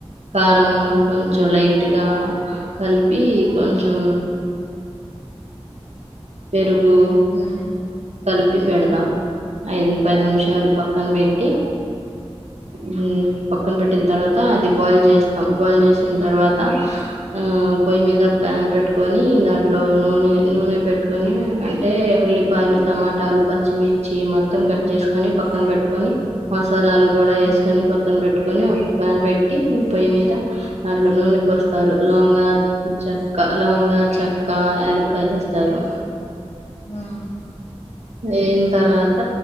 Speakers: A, on the right; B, on the left.
A: కారం కొంచెం లైట్గా కలిపి
B: హ్మ్
A: కొంచెం పెరుగు గు
B: హ్మ్
A: కలిపి
B: హ్మ్
A: పెడదాం ఐదు పది నిమిషాలు పక్కన పెట్టి, మ్మ్ పక్కన పెట్టిన తర్వాత అది బాయిల్ చేస్తాం, బాయిల్ చేసిన తర్వాత ఆ పొయ్యి మీద ప్యాన్ పెట్టుకొని దాంట్లో నూనె నూనె పెట్ కొని అంటే ఉల్లిపాయలు, టమాటాలు, పచ్చిమిర్చి, మొత్తం కట్ చేసుకొని పక్కన పెట్టుకొని మ సాలాలు కూడా వేసుకొని
B: హ్మ్
A: పక్కన పెట్టుకొని ప్యాన్ పెట్టి పొయ్యి మీ ద దాంట్లో నూనె పోస్ స్తారు లోంగ, చెక్క, లవంగ, చెక్క, యాలుక్కాయలు ఇస్తారు
B: మా
A: అయిన తర్వాత